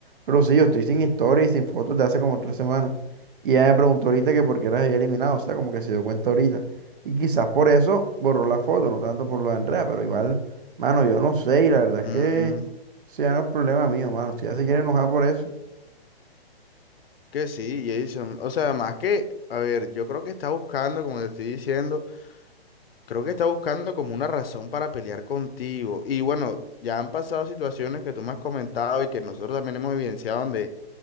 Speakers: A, on the right; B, on the left.
A: Pero sí, yo estoy sin historia y sin fotos de hace como tres semanas. Y ella me preguntó ahorita que por qué las había eliminado, o sea, como que se dio cuenta ahorita. Y quizás por eso borró la foto, no tanto por lo de Andrea, pero igual, mano, yo no sé, y la verdad es
B: Mm,
A: que. Eso ya no es problema mío, mano. Si ya se quiere enojar por eso.
B: que sí, Jason. O sea, más que, a ver, yo creo que está buscando, como te estoy diciendo, creo que está buscando como una razón para pelear contigo. Y bueno, ya han pasado situaciones que tú me has comentado y que nosotros también hemos evidenciado donde